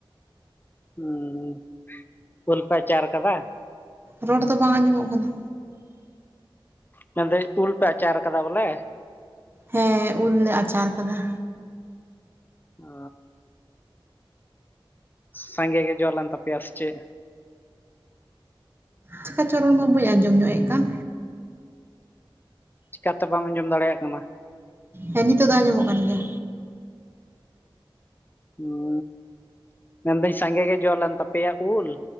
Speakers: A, on the left; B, on the right.
A: <unintelligible> ᱩᱞ ᱯᱮ ᱟᱪᱟᱨ ᱠᱟᱫᱟ
B: ᱨᱳᱲ ᱫᱚ ᱵᱟᱝ ᱟᱸᱡᱚᱢᱚᱜ ᱠᱟᱱᱟ
A: ᱢᱮᱱᱫᱟᱹᱧ ᱩᱞ ᱯᱮ ᱟᱪᱟᱨ ᱠᱟᱫᱟ ᱵᱚᱞᱮ
B: ᱦᱮᱸ ᱩᱞ ᱞᱮ ᱟᱪᱟᱨ ᱠᱟᱫᱟ
A: ᱚ ᱥᱟᱸᱜᱮ ᱜᱮ ᱡᱚᱞᱮᱱ ᱛᱟᱯᱮᱭᱟ ᱥᱮ ᱪᱮᱫ
B: ᱪᱤᱠᱟ ᱪᱚ ᱨᱚᱲ ᱢᱟ ᱵᱟᱹᱧ ᱟᱸᱡᱚᱢ ᱧᱚᱜᱮᱫ ᱠᱟᱱ
A: ᱪᱤᱠᱟᱛᱮ ᱵᱟᱢ ᱟᱸᱡᱚᱢ ᱫᱟᱲᱮᱭᱟᱜ ᱠᱟᱱᱟ
B: ᱦᱮᱸ ᱱᱤᱛᱚᱜ ᱫᱚ ᱟᱸᱡᱚᱢᱚᱜ ᱠᱟᱱ ᱜᱮᱭᱟ
A: ᱦᱮᱸ ᱢᱮᱱᱫᱟᱹᱧ ᱥᱟᱸᱜᱮ ᱜᱮ ᱡᱚᱞᱮᱱ ᱛᱟᱯᱮᱭᱟ ᱩᱞ